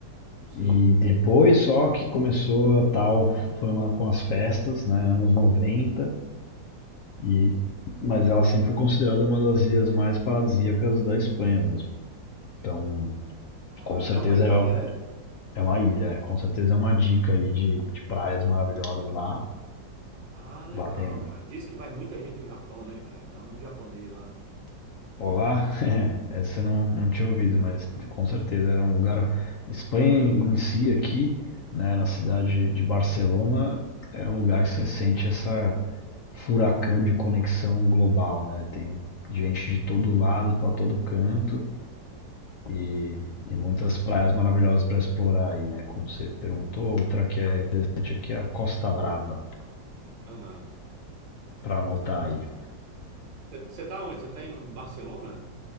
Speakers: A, on the right; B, on the left.
A: sim.
B: E depois só que começou a tal fama com as festas, né, anos 90 e mas ela sempre foi considerada uma das ilhas mais paradisíacas da Espanha mesmo. Então,
A: Ah,
B: com certeza
A: é uma ilha,
B: é,
A: né?
B: é uma ilha, é, com certeza é uma dica aí de, de praias maravilhosas lá.
A: Ah, legal,
B: Lá tem
A: cara. Diz que vai muita gente do Japão, né, cara? Dá muito japonês lá.
B: Olá, <laughs> essa eu não, não tinha ouvido, mas com certeza era um lugar. Espanha em si aqui, né, na cidade de Barcelona, é um lugar que você sente essa furacão de conexão global, né? Tem gente de todo lado, para todo canto e, e muitas praias maravilhosas para explorar aí, né? Como você perguntou, outra que é interessante aqui é a Costa Brava,
A: Aham.
B: para anotar aí.
A: Você tá onde? Você tá em Barcelona?